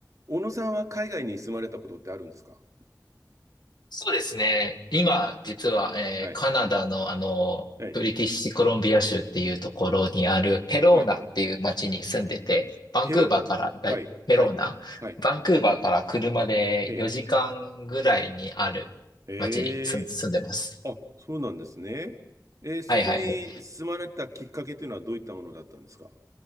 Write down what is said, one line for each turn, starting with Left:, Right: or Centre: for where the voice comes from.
Right: 小野さんは海外に住まれたことってあるんですか
Left: そうですね。今、実は、えーカナダの、
Right: はい。
Left: あの、
Right: はい。
Left: ブリティッシュコロンビア州っていうところにあるヘローナっていう町に住んでて、
Right: はい。ヘロ、
Left: バンクーバーから、だいヘローナバンクーバーから車で4時間ぐらいにある町に住ん、
Right: はい。はい。はい。ええ。ええ。
Left: 住んでます。
Right: あ、そうなんですね。えーそこに住まれたきっかけというのはどういったものだったんですか
Left: はいはいはい。